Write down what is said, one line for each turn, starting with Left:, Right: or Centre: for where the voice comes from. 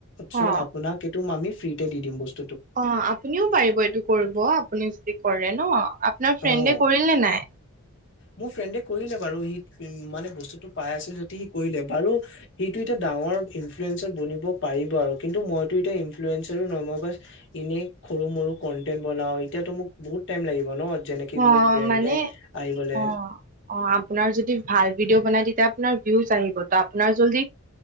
Left: চও
Right: অ
Left: আপোনাক সিটোৰ আমিও ফিৰিকে দি দিম <unintelligible>
Right: অ আপুনিও পাৰিব এইটো কৰিব আপুনি যদি কৰে ন। আপোনাৰ ফ্ৰেণ্ডে
Left: অ
Right: কৰিলে নে নাই?
Left: মোৰ ফ্ৰেণ্ডে কৰিলে বাৰু সি উ মানে বস্তুটো পাই আছিল যদি সি কৰিলে বাৰু সিটো টা ডাঙৰ ইনফ্লুৱেঞ্চাৰ বনিব পাৰিব আৰু কিন্তু মইতো এতিয়া ইনফ্লেবেঞ্চ ন মই বছ এনেই সৰু মৰু কন্টেন্ট বনাও এতিয়াতো মোক বহুত টাইম লাগিব ন। যেনেক
Right: অ
Left: মোক ব্ৰেণ্ডে
Right: মানে
Left: আহিবলে
Right: অ অ আপোনাৰ যদি ভাল ভিডিঅ' বনাই তেয়া আপোনাৰ ভিউজ আহিব তো আপোনাৰ যদি